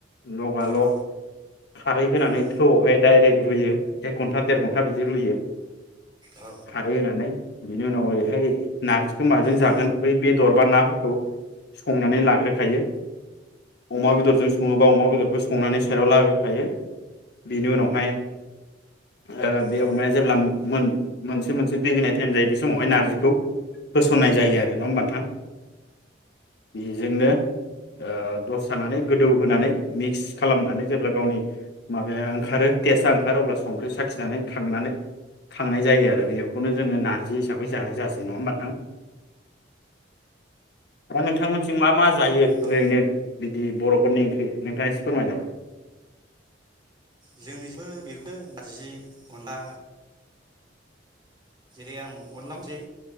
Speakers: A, on the left (about 60°); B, on the right (about 25°).
A: लगा लग
B: औ
A: खारै होनानै
B: औ
A: थौआवहाय डाइरेक्ट रुयो एखे एक घन्टा देर घन्टा बिदि रुयो
B: औ
A: खारै होनानै। बिनि उनाव ओरैहाय नारजि खोमाजों
B: औ
A: जागोन। दर बा नाफोरखौ संनानै लाग्रोखायो अमा बेदरजों सङोबा अमा बेदरखौ संनानै सायाव लाग्रोखायो बेनि उनावहाय ओ बे
B: औ
A: अमाया जेब्ला मोन मोनसे मोनसे दै होनाय टाइम जायो बे समावहाय नारजि गौ होसननाय जायो आरो नङा होनबा नोंथां बेजोंनो ओ दसे थानानै गोदौ होनानै मिक्स खालामनानै जेब्ला गावनि माबाया ओंखारो तेसा ओंखारो अब्ला संख्रि साखिनानै खांनानै खांनाय जायो आरो बेखौनो जोङो नारजि हिसाबै जानाय जासै नङा होनबा नोंथां दा नोंथांमोनथिं मा मा जायो ओरैनो
B: औ
A: बिदि बर'फोरनि ओंख्रि नोंथाङा एसे फोरमायलाय
B: जोंनिजिबो बेखो नारजि अनला जेरै आं अनला बुनोसै